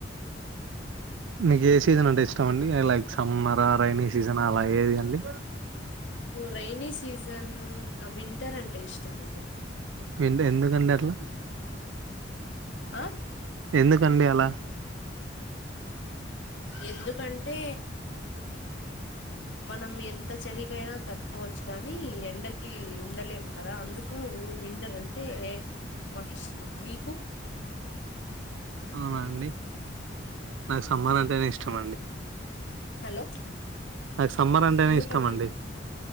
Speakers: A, on the right; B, on the left.
A: నేకు ఏ సీజన్ అంటే ఇష్ట ఇష్టం అండి ఐ లైక్ సమ్మర్ రైైనీ సీజనా అలా ఏది అండి
B: రైనీ సీజన్ వింటర్ అంటే ఇష్టం అండి
A: ఎందు ఎందుకండి అట్లా
B: ఆ
A: ఎందుకండి అలా
B: ఎందుకంటే మనం ఎంత చలికైనా తట్టుకోవచ్చు గానీ ఎండకి ఉండలేము కదా అందుకు వింటర్ అంటే మాకిష్టం మీకు
A: అవునాండి నాకు సమ్మర్ అంటేనే ఇష్టం అండి
B: హలో
A: నాకు సమ్మర్ అంటేనే
B: ఎందుకండి
A: ఇష్టం అండి